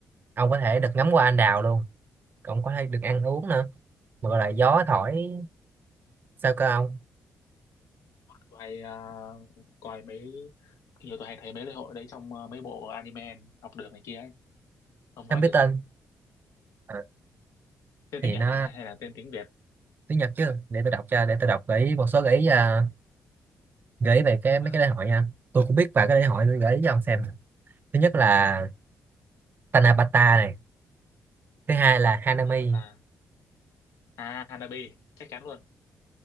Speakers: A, on the right; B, on the left.
A: ông có thể được ngắm hoa anh đào luôn ông có thể được ăn uống nữa mà gọi là gió thổi sao cơ ông
B: Tụi hay à, coi mấy nhiều tụi hay thấy mấy lễ hội đấy trong à, mấy bộ anime học được này kia ấy ông nói
A: không biết
B: thử xem
A: tên Ờ,
B: tên
A: thì
B: tiếng Nhật
A: nó
B: đó hả hay là tên tiếng Việt
A: tiếng Nhật chứ để tôi đọc cho để tôi đọc gợi ý một số gợi ý à, gợi ý về cái mấy
B: à,
A: cái lễ hội nha tôi cũng biết vài cái lễ hội
B: à,
A: tôi gợi ý cho ông xem nè. thứ nhất là Tanabata này thứ hai là Hanami
B: Hanabata à Hanabi chắc chắn luôn